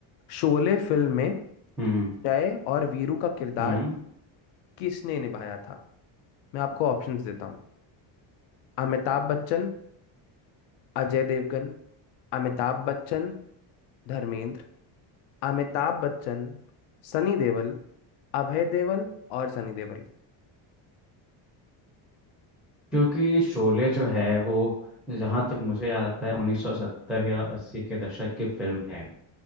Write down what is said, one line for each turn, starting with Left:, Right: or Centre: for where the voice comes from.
Left: शोले फिल्म में
Centre: हम्म हम्म
Left: जय और वीरू का किरदार
Centre: हम्म,
Left: किसने निभाया था मैं आपको ऑप्शंस देता हूँ अमिताभ बच्चन अजय देवगन अमिताभ बच्चन धर्मेंद्र अमिताभ बच्चन सनी देओल अभय देओल और सनी देओल
Centre: क्योंकि शोले जो है वो जहाँ तक मुझे याद आता है 1970 या 80 के दशक की फिल्म है